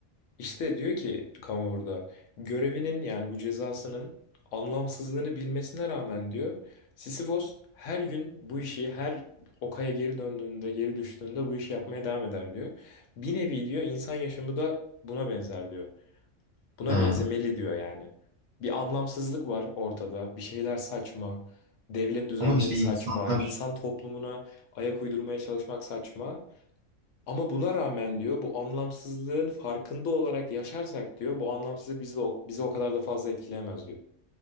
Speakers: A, on the left (about 75°); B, on the right (about 60°).
A: İşte diyor ki kamu burada görevinin yani bu cezasının anlamsızlığını bilmesine rağmen diyor Sisyphos her gün bu işi her o kaya geri döndüğünde geri düştüğünde bu işi yapmaya devam eder diyor. Bir nevi diyor insan yaşamı da buna benzer diyor. Buna
B: Ha.
A: benzemeli diyor yani. Bir anlamsızlık var ortada. Bir şeyler saçma. Devlet düzenleri
B: Ama işte
A: saçma.
B: insanlar
A: insan toplumuna ayak uydurmaya çalışmak saçma. Ama buna rağmen diyor bu anlamsızlığın farkında olarak yaşarsak diyor bu anlamsızlık bizi, o- bizi o kadar da fazla etkileyemez diyor.